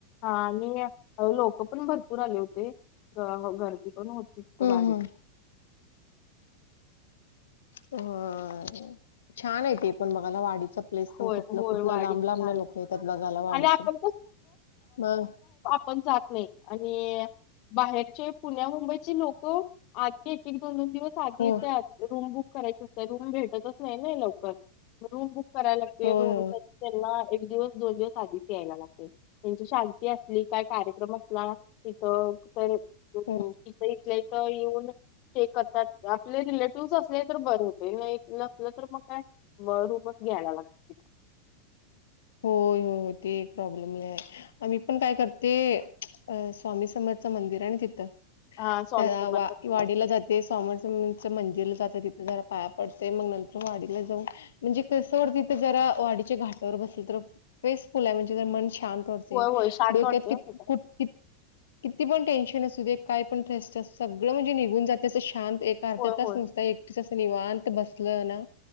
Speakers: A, on the left (about 40°); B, on the left (about 60°).
A: आणि ह आणि लोक पण भरपूर आले होते. ते गर्दी पण होती तिथं,
B: हम्म
A: वाडीत.
B: हम्म. ह, छानय ते पण बघायला, वाडीच. प्लेस
A: होय
B: पण कुठ -
A: होय
B: कुठन,
A: वाढीत
B: लांब- लांबन
A: छान
B: लोकं येतात, बघायला वाडीच.
A: आणि आपण
B: मग.
A: पण जात नाही. आणि बाहेरचे पुण्या- मुंबईचे लोकं, आज एक- एक, दोन- दोन दिवस आधी
B: हो
A: येत्यात. रूम बुक करायच असत, रूम भेटतच नाही ना, लवकर. रूम बुक करायला लागते
B: होय
A: रुम. तर त्यांना एक दिवस, दोन दिवस आधीच यायला लागते. त्यांची शांती असली, काय कार्यक्रम असला, तिथं. तर <unintelligible>
B: होय.
A: इथं इथल्या इथं येऊन. स्टे करतात. आपले रिलेटिव्हज असले तर बरे होते. नाही नसलं तर मग काय म रूपच घ्यायला लागते.
B: होय, होय. ते प्रॉब्लेम लय हाय. आम्ही पण काय करते, <unintelligible> अ स्वामी समरचं मंदिर आहे ना, तिथं.
A: हा स्वामी
B: त्या
A: समर्थ
B: वा वाडीला जात ते <unintelligible> मंदीरला जात तिथे जरा पाया पडते. मग नंतर वाडीला जाऊन म्हणजे कस सोड. तिथं जरा, वाडीच्या घाटावर बस तर फेसफुल आहे. म्हणजे जरा मन शांत वाटतय.
A: होय होय शांत
B: डोक्यात
A: वाटते
B: कित,
A: ना तिथं
B: कुट, कित किती पण टेन्शन असू दे, काय पण ट्रेस्ट सगळं म्हणजे निघून जाते. असं शांत एक <unintelligible>
A: होय होय
B: नसता एकटीच असं निवांत बसलं ना,